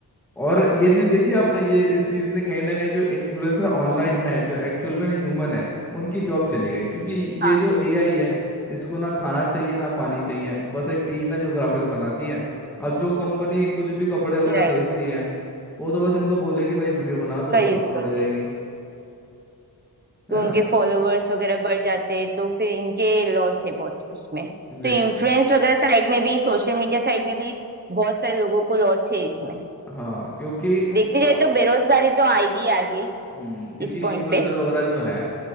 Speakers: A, in the centre; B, on the right (about 25°).
A: और ये चीज देखी आपने ये इस चीज ने कहीं ना कहीं जो इन्फ्लुएंसर ऑनलाइन है जो एक्चुअल में ह्यूमन है उनकी जॉब चली गई क्योंकि
B: हाँ
A: ये जो
B: जी
A: एआई है इसको ना खाना चाहिए ना पानी चाहिए बस एक टीम है जो ग्राफिक्स बनाती है अब जो कंपनी कुछ भी कपड़े वगैरह
B: राइट
A: भेजती है वो तो बस इनको बोलेगी भाई वीडियो बना दो
B: उसका यूज
A: और अपलोड
B: करते
A: हो जाएगी
B: हैं
A: है
B: तो
A: ना
B: उनके फॉलोवर्स वगैरह बढ़ जाते हैं तो फिर इनके लॉस है बहुत उसमें
A: Exactly
B: तो इन्फ्लुएंस
A: exactly.
B: वगैरह साइड में भी सोशल मीडिया साइड में भी बहुत सारे लोगों को लॉस है इसमें
A: हाँ क्योंकि
B: देखने
A: आप
B: जाए तो बेरोजगारी तो आएगी ही आगे
A: हम्म क्योंकि
B: इस पॉइंट
A: इन्फ्लुएंसर
B: पे
A: वगैरह जो है